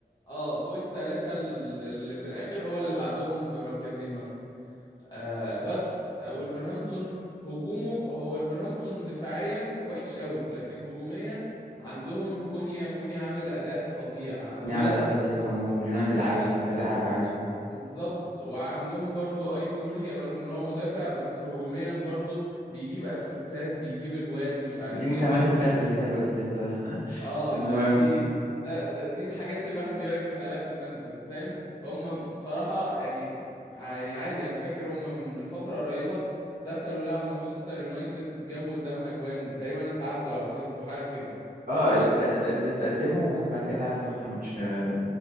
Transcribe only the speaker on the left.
اه فوق التلاتة ال- اللي في الآخر هو اللي بعدهم بمركزين مثلا آه بس آه، ولفرهامبتون هجومه هو ولفرهامبتون دفاعيا وحش قوي لكن هجوميا عندهم كونيا كونيا عامل أداء فظيع عندهم
آه،
بالظبط وعندهم برضو ايت نوري رغم ان هو مدافع بس هجوميا برضو بيجيب اسيستات بيجيب اجوان مش عارف
ايه
اه
ما دي ده, ده دي الحاجات اللي الواحد بيركز عليها في الفانتزي فاهم هم بصراحة يعني ع- يعني عادي انا فاكر هم من من فترة قريبة دخلوا لعبوا مانشستر يونايتد جابوا قدامها اجوان تقريبا اتعادلوا او كسبوا حاجة كده
بس